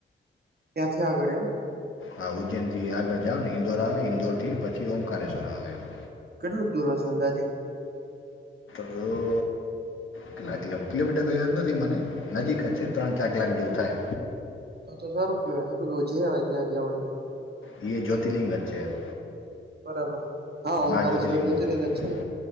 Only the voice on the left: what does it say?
હા, ઉજ્જૈનથી આગળ જાવને ઇન્દોર આવે, ઇન્દોરથી પછી ઓમકારેશ્વર આવે, એમ
રો કેટલાક કિલોમીટર તો યાદ નથી મને નજીક જ છે, ત્રણ-ચાર કલાક જેવું થાય.
એ જ્યોતિર્લિંગ જ છે. એમ
બાર જ્યોતિર્લિંગનું